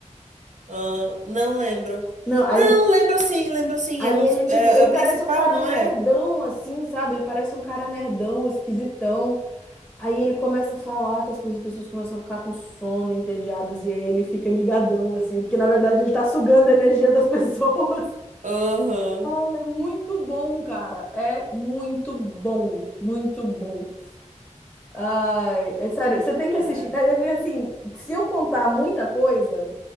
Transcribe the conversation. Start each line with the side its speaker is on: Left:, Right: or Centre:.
Right: Ah, não lembro.
Centre: Não, aí
Right: Não, lembro sim, lembro sim.
Centre: Aí
Right: É um
Centre: ele,
Right: dos,
Centre: tipo,
Right: é,
Centre: ele
Right: é o
Centre: parece
Right: principal,
Centre: um cara
Right: não
Centre: nerdão,
Right: é?
Centre: assim, sabe? Ele parece um cara nerdão, esquisitão. Aí ele começa a falar que as pe- as pessoas começam a ficar com sono, entediadas, e aí ele fica ligadão, assim, porque na verdade ele tá sugando a energia das pessoas. <laughs>
Right: Aham.
Centre: É muito bom, cara. É muito bom, muito bom. Ai, é sério, você tem que
Right: é.
Centre: assistir. Daí, Porque assim, se eu contar muita coisa,